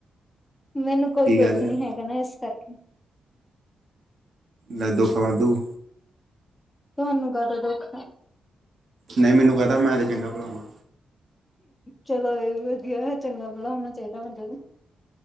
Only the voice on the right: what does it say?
ਕੀ ਗੱਲ
ਆ
ਲੈਦੋ ਖਵਾ ਦਉ
ਨਹੀਂ, ਮੈਨੂੰ ਕਹਿਦਾ ਮੈਂ ਤੇ ਚੰਗਾ ਭਲਾ ਵਾ‌।